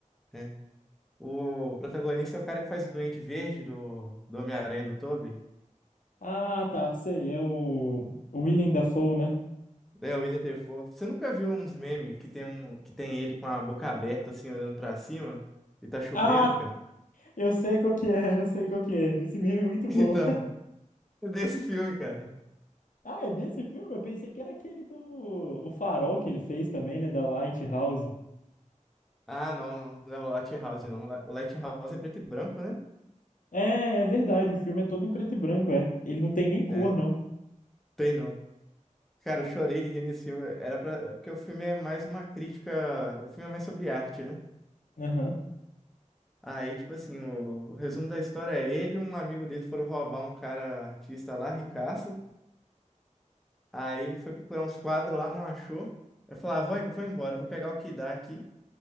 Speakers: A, in the centre; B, on the left (about 80°).
A: né? O protagonista é o cara que faz o Duende Verde do, do Homem-Aranha do Tobey.
B: Ah, tá, sei, é o, o Willem Dafoe, né?
A: É, o Willem Dafoe. Você nunca viu uns memes que tem, um, que tem ele com a boca aberta, assim, olhando pra cima? E tá chovendo,
B: Ah,
A: cara? <laughs>
B: eu sei qual que é, eu sei qual que é. Esse meme é muito
A: Então,
B: bom. <laughs>
A: é desse filme, cara.
B: Ah, é desse filme? Eu pensei que era aquele do O Farol que ele fez também, né, da Lighthouse.
A: Ah, não, não, não, Lighthouse não. Li- Lighthouse é preto e branco, né?
B: É, é verdade, o filme é todo em preto e branco, é. Ele não tem nem cor,
A: É,
B: não.
A: tem não. Cara, eu chorei de rir nesse filme. Era pra... Porque o filme é mais uma crítica. O filme é mais sobre arte, né?
B: Aham,
A: Aí, tipo assim, o, o resumo da história é ele e um amigo dele foram roubar um cara artista lá, ricaço. Aí ele foi procurar uns quadros lá, não achou. Aí falou, ah, vou, vou embora, vou pegar o que dá aqui.